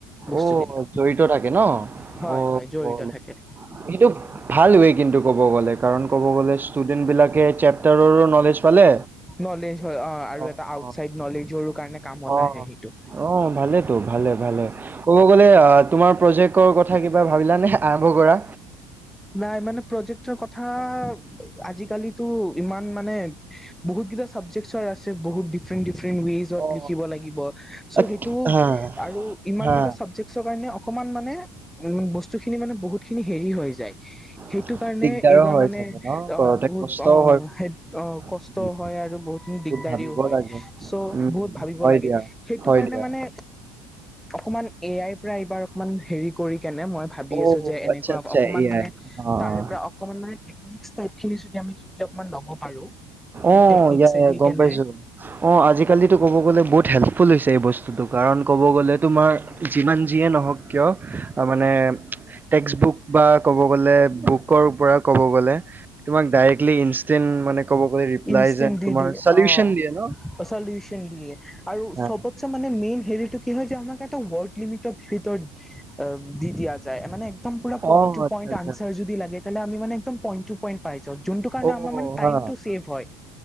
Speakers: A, in the centre; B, on the right (about 20°).
A: বস্তুবিলাক
B: অ' জড়িত থাকে ন?
A: হয়
B: অ' <unintelligible>
A: হয় জড়িত থাকে
B: সেইটো ভালবে কিন্তু ক'ব গ'লে, কাৰণ ক'ব গ'লে ষ্টুডেন্টবিলাকে চেপটাৰৰো ন'লেজ পালে।
A: নলেজ হয়, অ' আৰু
B: অ'
A: এটা আউটচাইড নলেজৰো কাৰণে কামত
B: অ',
A: আহে, সেইটো
B: অ', ভালেতো ভালে ভালে, ক'ব গ'লে আ তোমাৰ প্ৰজেক্টৰ কথা কিবা ভাবিলা নে আৰম্ভ কৰা!
A: নাই মানে প্ৰজেক্টৰ কথা আজিকালিতো, ইমান মানে বহুতকেইটা চাবজেক্টচৰ আছে, বহুত ডিফাৰেণ্ট ডিফাৰেণ্ট <unintelligible> ৱেজত
B: অ'।
A: লিখিব লাগিব, ছ'
B: আ,
A: সেইটো
B: হা,
A: আৰু ইমানকেইটা
B: হা,
A: চাবক্টছৰ কাৰণে, অ মান মানে, উ বস্তুখিনি মানে বহুতখিনি হেৰি হৈ যায়।
B: <inaudible>
A: সেইটোকাৰণে
B: দিগদাৰো
A: এইবাৰ
B: হয়
A: মানে,
B: চাগে ন
A: অ'
B: কৰোতে
A: বহুত
B: কষ্টও
A: অ'
B: হয় বহুত।
A: কষ্ট
B: উম,
A: হয় আৰু বহুত দিগদাৰিও
B: ভাবিব
A: হয়,
B: লাগে,
A: চ'
B: উম,
A: বহুত ভাবিব
B: হয়
A: লাগে।
B: দিয়া,
A: সেইটোকাৰণে
B: হয় দিয়া।
A: মানে অকমান এআইৰ পৰা এইবাৰ অকমান হেৰি কৰি কেনে মই ভাবি
B: অ',
A: আছো যে এনে
B: আচ্ছা আচ্ছা
A: অকমান
B: এ
A: মানে,
B: আই অ', অ'।
A: তাৰে পৰা অকমান মানে টেকনিকচ টাইপখিনি যদি আমি শিকি অকমান ল'ব পাৰো। সেই
B: অ'
A: টেকনিকছে
B: ইয়া ইয়া
A: দি
B: গম
A: কেনে
B: পাইছো। অ' আজিকালিতো ক'ব গ'লে বহুত হেল্পফুল হৈছে এই বস্তুটোক কাৰণ ক'ব গ'লে তোমাৰ যিমান যিয়ে নহওক কিয়, মানে টেক্সটবুক বা ক'ব গ'লে বুকৰ পৰা ক'ব গ'লে তোমাক ডাইৰেক্টলি ইনষ্টেণ্ট মানে ক'ব গ'লে ৰিপ্লাইজ
A: ইনষ্টেন্ট
B: এণ্ড
A: দি
B: তোমাৰ
A: দিয়ে।
B: চলিউচন
A: অ',
B: দিয়ে ন
A: চলিউচন দিয়ে। আৰু
B: হা।
A: চবতচে মানে মেইন সেই এইটো কি হয় যে, আমাক এটা ৱৰ্ড লিমিটৰ ভিতৰত দি দিয়া যায়। মানে একদম পুৰা পইণ্ট-টু-পইণ্ট
B: অ', আচ্ছা আচ্ছা।
A: আনচাৰ যদি লাগে, তেন্তে আমি মানে একদম পইণ্ট-টু-পইণ্ট পায়, য'ত যোনটো কাৰণে
B: অ',
A: আমাৰ মানে টাইমটো
B: হা
A: ছেভ হয়।